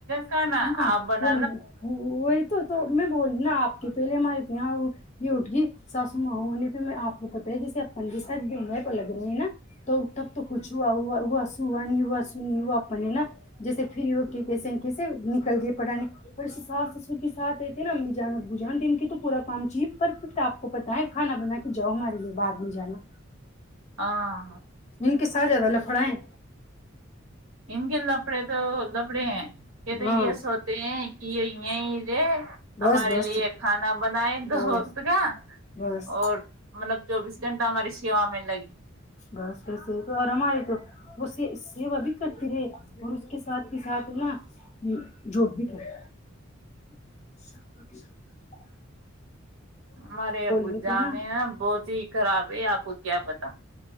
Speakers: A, on the right (about 85°); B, on the left (about 35°).
A: کا نا
B: ہاں
A: ابناال
B: وہ وہی تو میں بول رہ نا آپ کے پہلے ہمارے یہاں یہ اٹ گ ساسو مانے پہ میں آپ کو پتاہ ہے جس آپ پند سھ د پ لگ رہے ہیں نا تو تب تو کچھ آ ہو وسو آا نیوسو نیو اپنے نا جیسے پھرری وہوگ کیس ہیں کسسی چل گ پڑھے اور اس سات س کے سھ رہتے نا ابی جان ابو جان دن کے تو پورا کام چاہیے پرفیکٹ آپ کو پت ہے کھا بنا کے جاؤ ہمارے لیے بات ہم جانا
A: ہاں
B: ان کے ساتھ زیادہ لفڑا ہے
A: نم گلا اپڑے تو کپڑے ہیں یہ تو
B: ہاں
A: یہ سوتے ہیں یہ ہویا ہییر
B: بس
A: ہمارے
B: بس
A: لیے کھانا بنائے دو
B: بس
A: وقت کا
B: بس
A: اور مطلب چوبیس گنٹ ہماری سی م میںل
B: بس وسے تو اور ہمارے تو وہ سیوا بھی کرتے پرے اور اس کے ساتھ ہی ساتھ ہے نا جواب بھی کرے اچ <inaudible>
A: مرے ابو
B: رہے
A: جانے
B: تھے نا
A: ن بہت ہی خراب ہے آپ کو کیا پتا